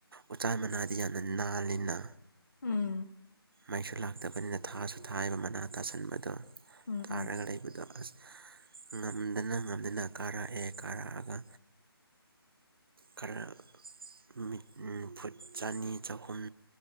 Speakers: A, on the right; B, on the left.
A: ꯎꯆꯥꯟ ꯃꯅꯥꯗꯤ ꯌꯥꯝꯅ ꯅꯥꯜꯂꯤꯅ
B: ꯎꯝ
A: ꯃꯩꯁꯨ ꯂꯥꯛꯇꯕꯅꯤꯅ ꯊꯥꯁꯨ ꯊꯥꯏꯌ‌ꯦꯕ ꯃꯅꯥ ꯇꯥꯁꯟꯕꯗꯣ
B: ꯎꯝ ꯎꯝ
A: ꯇꯥꯔꯒ ꯂꯩꯕꯗꯣ ꯑꯁ ꯉꯝꯗꯅ ꯉꯝꯗꯅ ꯀꯥꯔꯛꯑꯦ ꯀꯥꯔꯛꯑꯒ ꯀꯥꯔꯛ ꯅꯨꯃꯤꯠ ꯎꯝ ꯐꯨꯠ ꯆꯅꯤ ꯆꯍꯨꯝ